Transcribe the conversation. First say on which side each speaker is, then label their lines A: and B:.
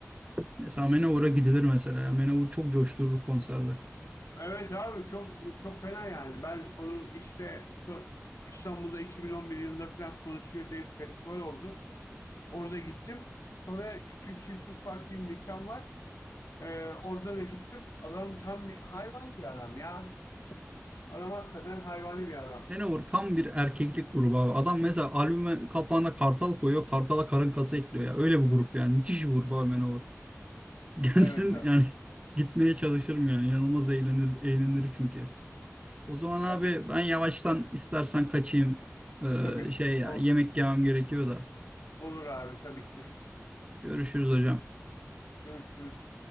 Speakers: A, on the right; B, on the left.
A: Mesela Manowar'a gidilir mesela. ya. Manowar çok coşturur konserde.
B: Evet abi çok çok fena yani. Ben onun işte so- İstanbul'da 2011 yılında falan Sonuç Bir diye bir festival oldu. Orada gittim. Sonra Küçük Çiftlik Park diye bir mekan var. Ee, orada da gittim. Adam tam bir hayvan bir adam ya. Adam hakikaten hayvani bir adam.
A: Manowar tam bir erkeklik grubu abi. Adam mesela albüme kapağına kartal koyuyor. Kartala karın kası ekliyor ya. Öyle bir grup yani. Müthiş bir grup abi Manowar. <laughs> Gelsin
B: Evet abi.
A: yani gitmeye çalışırım yani. Yanılmaz eğlenir, eğlenir çünkü. O zaman
B: Ya
A: abi
B: bir
A: ben yavaştan istersen kaçayım.
B: tabii.
A: Ee, şey ya
B: Ol-
A: yemek yemem gerekiyor da.
B: olur abi tabii ki.
A: Görüşürüz hocam.
B: Görüşürüz.